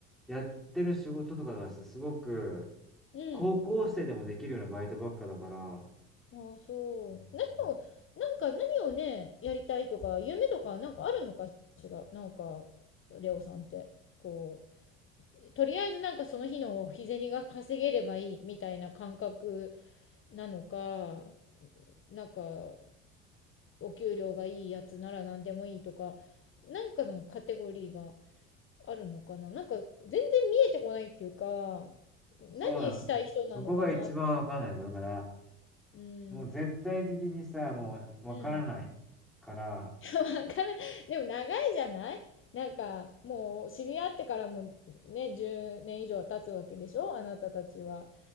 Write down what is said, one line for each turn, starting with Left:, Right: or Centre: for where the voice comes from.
Centre: やってる仕事とかがさ、すごく、
Left: うん。
Centre: 高校生でもできるようなバイトばっかだから、
Left: ああ、そう。
Centre: うん
Left: 何を、なんか何をね、やりたいとか、夢とかなんかあるのかしら。なんか、レオさんって、こう。とりあえずなんかその日の日銭が稼げればいいみたいな感覚なのか、なんかお給料がいいやつなら何でもいいとか、なんかのカテゴリーがあるのかな。なんか全然見えてこないっていうか、何したい人なのかなって。
Centre: そうなの。そこが一番わかんないのだから、
Left: うん。
Centre: もう絶対的にさ、もうわからない
Left: うん。
Centre: から、
Left: わからでも長いじゃないなんかもう知り合ってからもね10年以上は経つわけでしょあなたたちは。